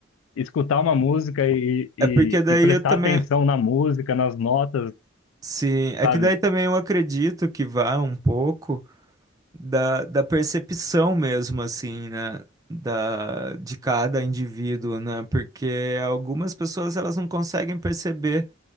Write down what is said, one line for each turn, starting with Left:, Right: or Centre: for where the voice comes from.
Left: escutar uma música e, e,
Right: É porque daí
Left: e prestar
Right: eu também.
Left: atenção na música, nas notas,
Right: Sim, é
Left: sabe?
Right: que daí também eu acredito que vá um pouco da, da percepção mesmo, assim, né? Da, de cada indivíduo, né? Porque algumas pessoas elas não conseguem perceber,